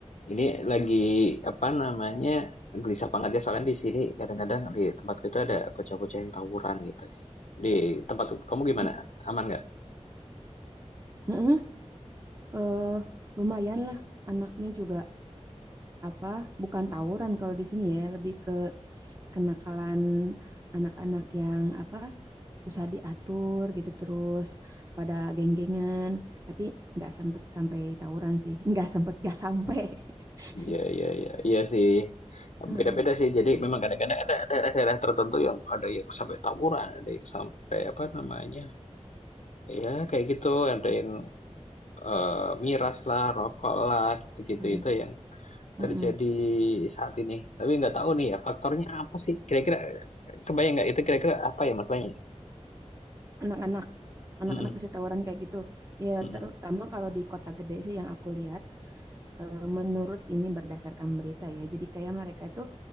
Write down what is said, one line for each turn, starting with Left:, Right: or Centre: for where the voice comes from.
Left: Ini lagi apa namanya, gelisah banget ya soalnya di sini kadang-kadang di tempat itu ada bocah-bocah yang tawuran gitu. Di tempat kamu gimana?
Right: Mm,
Left: Aman nggak?
Right: mm-mm. Eh, lumayan lah anaknya juga apa bukan tawuran kalau di sini ya lebih ke kenakalan anak-anak yang apa susah diatur gitu terus pada geng-gengan tapi nggak sempet sampai tawuran sih <laughs> nggak sempet nggak sampai <laughs>
Left: Ya ya ya iya sih.
Right: Mm,
Left: Beda-beda sih. Jadi memang kadang-kadang ada daerah-daerah tertentu yang ada yang sampai tawuran, ada yang sampai apa namanya? Ya kayak gitu, ada yang eh, miras lah, rokok lah, gitu-gitu
Right: mm,
Left: itu yang
Right: mm-mm.
Left: terjadi saat ini. Tapi nggak tahu nih ya faktornya apa sih? Kira-kira kebayang nggak itu kira-kira apa ya masalahnya?
Right: anak-anak anak-anak
Left: Mhm
Right: bisa tawuran kayak gitu ya
Left: mhm.
Right: terutama kalau di kota gede sih yang aku lihat eh, menurut ini berdasarkan berita ya jadi kayak mereka itu